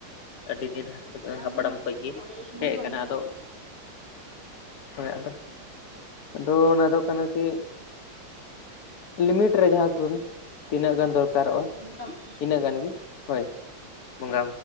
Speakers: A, on the left; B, on the left.
A: ᱟᱹᱰᱤ ᱫᱤᱱ
B: ᱚᱱᱟ ᱫᱚ
A: ᱠᱷᱚᱡ
B: ᱵᱚᱸᱜᱟ
A: ᱜᱮ
B: ᱵᱩᱨᱩ ᱥᱚᱢᱚᱭ
A: ᱦᱮᱡ
B: ᱫᱚ
A: ᱟᱠᱟᱱᱟ
B: ᱚᱱᱟ ᱫᱚ
A: ᱟᱫᱚ ᱦᱳᱭ ᱟᱫᱚ, ᱟᱫᱚ ᱚᱱᱟ ᱫᱚ ᱠᱟᱱᱟ ᱠᱤ, ᱞᱤᱢᱤᱴ ᱨᱮ ᱡᱟᱦᱟᱸ ᱠᱚᱱ, ᱛᱤᱱᱟᱹᱜ ᱜᱟᱱ ᱫᱚᱨᱠᱟ ᱫᱚᱨᱠᱟᱨᱚᱜ-ᱟ
B: ᱦᱮᱸ ᱚᱱᱠᱟ ᱦᱮᱸ
A: ᱤᱱᱟᱹᱜ ᱜᱟᱱ ᱜᱮ ᱦᱳᱭ, ᱵᱚᱸᱜᱟ